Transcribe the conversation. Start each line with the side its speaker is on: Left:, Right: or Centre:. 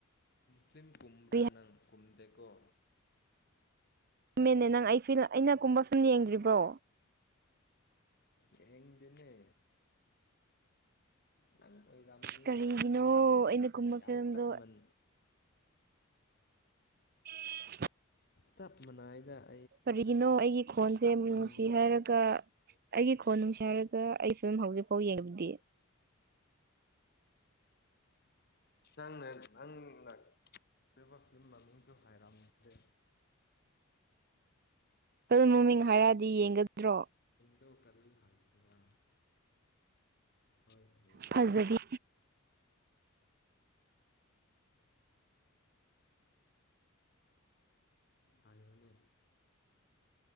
Left: ꯐꯤꯂꯝ ꯀꯨꯝꯕ꯭ꯔꯥ
Right: ꯀꯔꯤ
Left: ꯅꯪ ꯀꯨꯝꯗꯦ ꯣ
Right: ꯃꯃꯦꯅꯦ ꯅꯪ ꯑꯩꯤ ꯑꯩꯅ ꯀꯨꯝꯕ ꯁꯨꯝ ꯌꯦꯡꯗ꯭ꯔꯤꯕ꯭ꯔꯣ
Left: ꯗꯅꯦ ꯅꯪ ꯑꯣꯏꯔꯝꯅꯤꯗ
Right: ꯀꯔꯤꯒꯤꯅꯣ
Left: ꯁꯤ ꯃꯈꯣꯟꯁꯦ
Right: ꯑꯩꯅ ꯀꯨꯝꯕ
Left: ꯌꯥꯝ
Right: ꯐꯤꯂꯝꯗꯣ
Left: ꯆꯞꯃꯟ
Right: <inaudible>
Left: ꯆꯞ ꯃꯥꯟꯅꯏꯗ
Right: ꯀꯔꯤꯒꯤꯅꯣ ꯑꯩꯒꯤ ꯈꯣꯟꯁꯦ ꯅꯨꯡꯁꯤ
Left: ꯅꯪꯒꯤ
Right: ꯍꯥꯏꯔꯒ ꯑꯩꯒꯤ ꯈꯣꯟ ꯅꯨꯡꯁꯤꯥꯏꯔꯒ ꯑꯩ ꯐꯤꯕꯂꯝ ꯍꯧꯖꯤꯛ ꯐꯥꯎ ꯌꯦꯡꯕꯗꯤ
Left: ꯅꯪꯅ ꯅꯪꯅ ꯔꯤꯕ ꯐꯤꯂꯝ ꯃꯃꯤꯡꯗꯨ ꯍꯥꯏꯔꯝꯗꯦ
Right: ꯐꯤꯂꯝ ꯃꯃꯤꯡ ꯍꯥꯏꯔꯗꯤ ꯌꯦꯡꯒꯗ꯭ꯔꯣ
Left: ꯇꯧ ꯀꯔꯤ ꯍꯥꯏꯁꯤꯔꯥ ꯍꯣꯏ ꯍ
Right: ꯐꯖꯕꯤ
Left: ꯍꯥꯏꯌꯅ